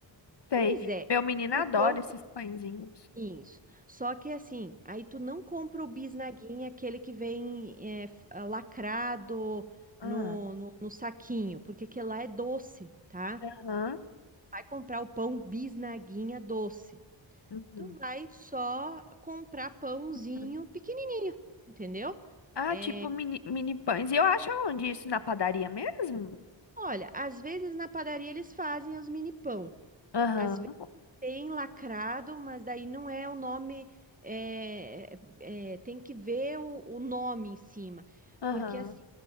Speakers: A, on the left (about 60°); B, on the right (about 15°).
A: sei.
B: Pois é.
A: Meu menino
B: Tu
A: adora
B: compra
A: esses pãezinhos.
B: isso. Só que assim, aí tu não compra o bisnaguinha, aquele que vem é, f- ah, lacrado
A: Ah,
B: no, no, no saquinho, porque aquele lá é doce, tá?
A: aham,
B: Vai comprar o pão bisnaguinha doce.
A: uhum,
B: Tu vai só comprar pãozinho
A: uhum.
B: pequenininho, entendeu?
A: Ah,
B: É,
A: tipo mini, mini pães. E eu acho onde isso? Na padaria mesmo?
B: Olha, às vezes na padaria eles fazem os mini pão.
A: Aham,
B: Às vezes tem lacrado, mas daí não é o nome. é, é, tem que ver o, o nome em cima.
A: aham,
B: Porque assim,